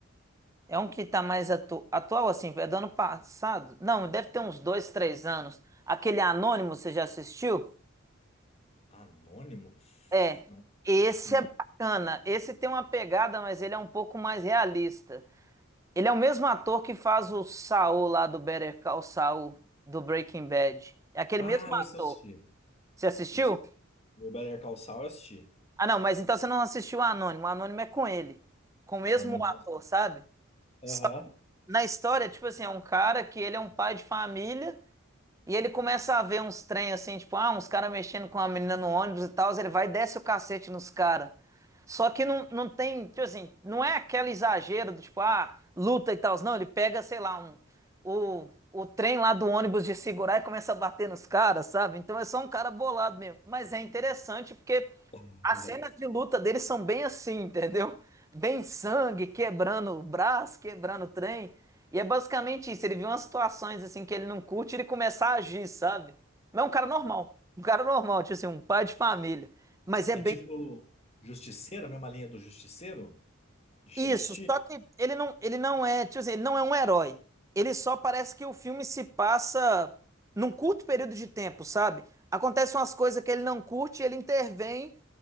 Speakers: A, on the right; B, on the left.
A: é um que tá mais atu... atual assim, é do ano passado? Não, deve ter uns dois, três anos. Aquele Anônimo, você já assistiu?
B: Anonymous?
A: É,
B: Não,
A: esse
B: acho que não.
A: é bacana. Esse tem uma pegada, mas ele é um pouco mais realista. Ele é o mesmo ator que faz o Saul lá do Better Call Saul do Breaking Bad. É aquele
B: Ah,
A: mesmo ator.
B: esse eu assisti.
A: Você assistiu?
B: Esse. O Better Call Saul eu assisti.
A: Ah, não, mas então você não assistiu o Anônimo. O Anônimo é com ele, com o mesmo
B: Anonymous.
A: ator, sabe?
B: Aham.
A: Só- na história, tipo assim, é um cara que ele é um pai de família E ele começa a ver uns trem assim, tipo, ah, uns caras mexendo com uma menina no ônibus e tal, ele vai e desce o cacete nos caras. Só que não, não tem, tipo assim, não é aquele exagero do tipo, ah, luta e tal. Não, ele pega, sei lá, um, o, o trem lá do ônibus de segurar e começa a bater nos caras, sabe? Então é só um cara bolado mesmo. Mas é interessante porque
B: <laughs>
A: as cenas de luta dele são bem assim, entendeu? Bem sangue, quebrando o braço, quebrando o trem. E é basicamente isso, ele viu umas situações assim que ele não curte e ele começar a agir, sabe? Mas é um cara normal, um cara normal, tipo assim, um pai de família. Mas é
B: É
A: bem.
B: tipo Justiceiro, a mesma linha do Justiceiro? Já chegou
A: Isso,
B: a assistir?
A: só que ele não, ele não é, tipo assim, ele não é um herói. Ele só parece que o filme se passa num curto período de tempo, sabe? Acontecem umas coisas que ele não curte e ele intervém